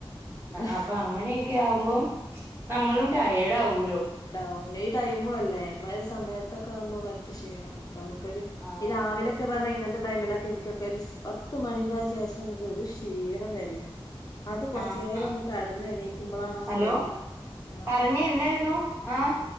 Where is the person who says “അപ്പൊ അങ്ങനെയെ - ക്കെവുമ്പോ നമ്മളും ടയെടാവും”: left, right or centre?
Right